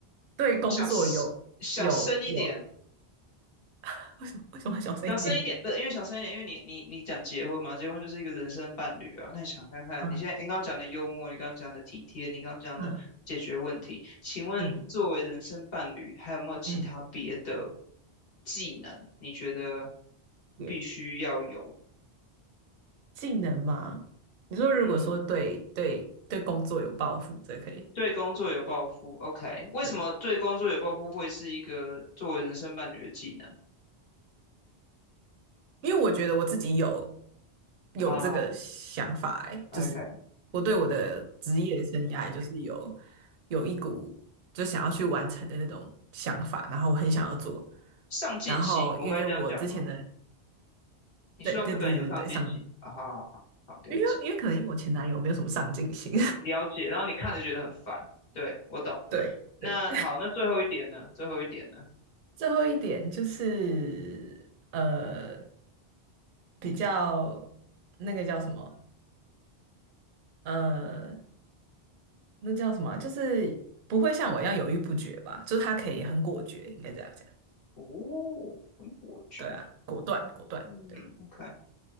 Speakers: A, on the right; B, on the left.
A: 对工作有有有，
B: 想 s- 想深一点，
A: <laughs> 为什么为什么要小声一点？
B: 想深一点，不是因为想深一点，因为你你你讲结婚嘛，结婚就是一个人生伴侣啊。那你想看看，
A: 嗯
B: 你现在你刚刚讲的幽默，你刚刚讲的体贴，你刚刚讲的解决问题，
A: 嗯
B: 请问作为人生伴侣，
A: 嗯
B: 还有没有其他别的
A: 嗯，
B: 技能？你觉得
A: 也
B: 必须要有？
A: 技能吗？你说如果说对对对工作有抱负，
B: 嗯，
A: 这可以。
B: 对工作有抱负，OK？为什么对工作有抱负会是一个作为人生伴侣的技能
A: 对，因为我觉得我自己有有这个想法、
B: 啊
A: 欸，
B: ？OK，yeah，
A: 就是我对我的职业生涯就是有有一股就想要去完成的那种想法，然后我很想要做。
B: 上进心，
A: 然后因为我之前的
B: 我该这样讲吗？你希望这个人有上进心啊，
A: 对对对对对上，
B: 好好好，好了解
A: 因为因为可能因为我前男友没有什么上进心，
B: 了解，然后你看着觉得很烦，对，我懂。
A: <laughs> 对。
B: 那好，
A: 对
B: 那最后一点呢？最后一点呢？
A: 最后一点就是呃，比较那个叫什么？呃，那叫什么啊就是不会像我一样犹豫不决吧？就是他可以很果决，应该这样讲。
B: 哦，很果决，
A: 对啊，果断，果断。
B: 嗯，OK，
A: 对，